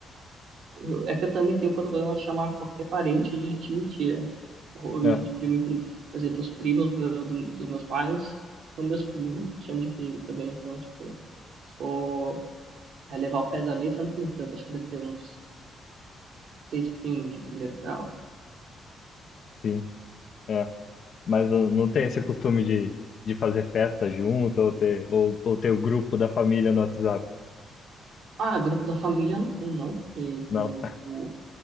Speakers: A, on the right (about 65°); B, on the left (about 55°).
A: Eu- é que eu também tenho o problema de chamar qualquer parente de tio e tia. Ou
B: É,
A: e de primo e primo. Por exemplo, os primos do- do- dos meus pais são meus primos. Chamo de primo também. Então, tipo, se for é, levar o pé da letra, não tem tanto. Acho que deve ter uns seis primos de primeiro grau.
B: sim, é. Mas não, não tem esse costume de, de fazer festa junto ou ter, ou, ou ter o grupo da família no WhatsApp.
A: Ah, grupo da família não tem, não. Porque,
B: Não,
A: enfim, tipo,